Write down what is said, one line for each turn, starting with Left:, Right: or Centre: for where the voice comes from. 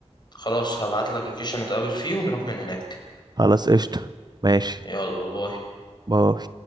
Left: خلاص هبعت لك لوكيشن نتقابل فيه ونروح من هناك
Right: خلاص قشطة ماشي
Left: يلا باي
Right: باي